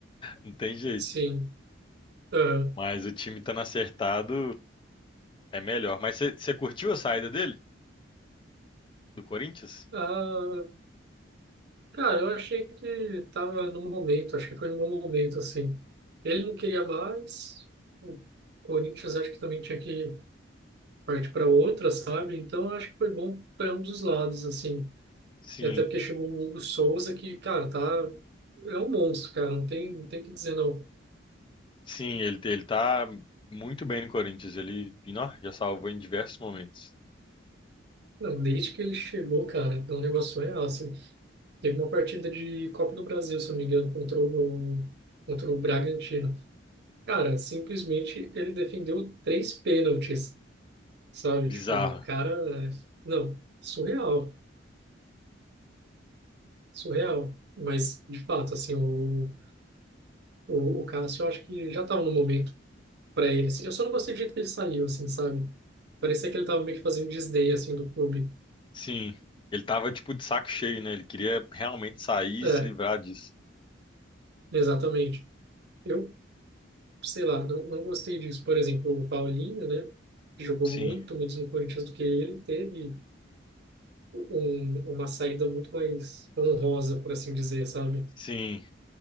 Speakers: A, on the left; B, on the right.
A: Não tem jeito.
B: sim. Aham.
A: Mas o time estando acertado é melhor. Mas você você curtiu a saída dele? Do Corinthians?
B: Ah, cara, eu achei que tava no momento, acho que foi no bom momento, assim. Ele não queria mais, o Corinthians acho que também tinha que partir para outra, sabe? Então eu acho que foi bom para um dos lados, assim.
A: Sim,
B: E Até porque chegou o Hugo Souza, que, cara, tá. É um monstro, cara, não tem, não tem o que dizer, não.
A: Sim, ele, ele tá muito bem no Corinthians. Ele, e, nó, já salvou em diversos momentos.
B: Não, desde que ele chegou, cara, é um negócio real, assim. Teve uma partida de Copa do Brasil, se eu não me engano, contra o, contra o Bragantino. Cara, simplesmente ele defendeu três pênaltis, sabe?
A: Bizarro.
B: Tipo, o cara. é, Não, surreal, surreal. Mas, de fato, assim, o, o, o Cássio, eu acho que já tava no momento pra ele. assim. Eu só não gostei do jeito que ele saiu, assim, sabe? Parecia que ele tava meio que fazendo desdém, assim, do clube.
A: Sim. Ele tava tipo de saco cheio, né? Ele queria realmente sair e
B: É,
A: se livrar disso.
B: exatamente. Eu, sei lá, não, não gostei disso. Por exemplo, o Paulinho, né? Jogou
A: Sim,
B: muito menos no Corinthians do que ele, teve um, uma saída muito mais honrosa, por assim dizer, sabe?
A: sim.